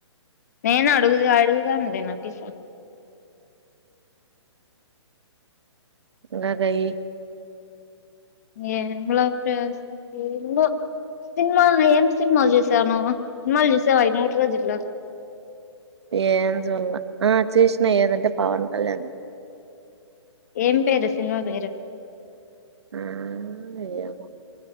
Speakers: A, on the left; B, on the right.
A: నేను అడుగుదు అడుగుదాం లే నటి
B: గదయ్యి
A: ఏం లవ్ స్టోరిసో సినిమాలో ఏం సినిమాలు చూసావు నువ్వు సినిమాలు చూసావా ఈ మూడ్ రోజుల్లో
B: ఏం చూడ్ల ఆ చూసిన ఏదంటే పవన్ కళ్యాణ్
A: ఏం పేరు సినిమా పేరు
B: ఆ, ఏమో?